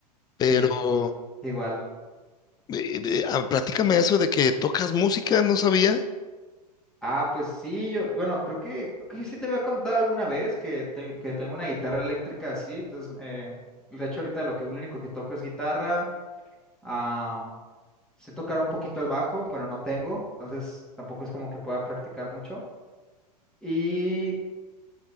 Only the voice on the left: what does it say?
pero
Eh, de- ah, platícame eso de que tocas música, no sabía.